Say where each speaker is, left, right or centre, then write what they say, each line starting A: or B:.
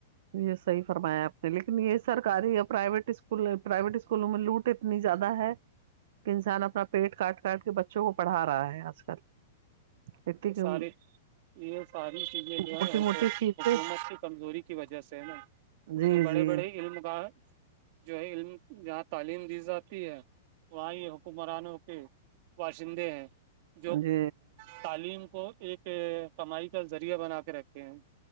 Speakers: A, on the right (about 55°); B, on the right (about 40°).
A: یہ صیح فرمایا آپ نے لیکن یہ سرکاری اوریا پرائیویٹ اسکول پرائیویٹ اسکولوں میں لوٹ اتنی زیادہ ہے انسان اپنا پیٹ کاٹ کاٹ کے بچوں کو پڑھا رہا ہے آج کل اتنی
B: یہ ساری یہ ساری چیزیں جو
A: موٹی
B: ہے وہ
A: موٹی
B: تو
A: فیسیں
B: حکومت کی کمزوری کی وجہ سے نا
A: جی
B: اس بڑے
A: جی
B: بڑے علم کا جو ہے علم جہاں تعلیم دی جاتی ہے وہاں یہ ک مرانوں کے باشندے ہیں جو
A: جی
B: تعلیم کو ایک کمائی کا ذریعہ بنا کے رکھے ہیں